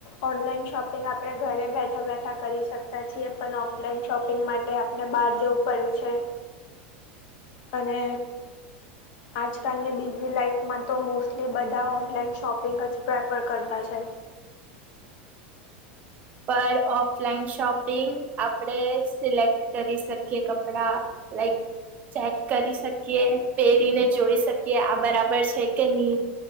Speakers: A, on the left; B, on the right.
A: ઓનલાઈન શોપિંગ આપણે ઘરે બેઠા બેઠા કરી શકતા છીએ પણ ઓફ ફલાઈન શોપિંગ માટે આપને બહાર જવું પડે છે. અને આજકાલની બિઝી લાાઈફમાં તો મોસ્ટલી બધા ઓનલાઈન શોપિંગ જ પ્રેફર કરતા છે.
B: પર ઓફલાઈન શોપિંગ આપડે સિલેક્ટ કરી શકીએ કપડા લાઈક ચેક કરી શકીએ પહેરીને જોઈ શકીએ આ બરાબર છે કે નહી.